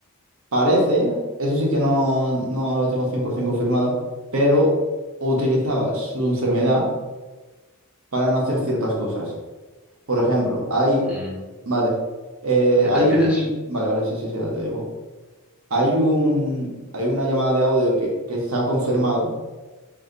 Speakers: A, on the right; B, in the centre.
A: parece, eso sí que no, no lo tengo 100% confirmado, pero utilizaba su enfermedad para no hacer ciertas cosas. Por ejemplo, hay,
B: Mm,
A: vale, eh,
B: ¿a qué
A: hay
B: te refieres?
A: un, vale, vale, sí, sí, sí, ahora te digo. Hay un, hay una llamada de audio que, que se ha confirmado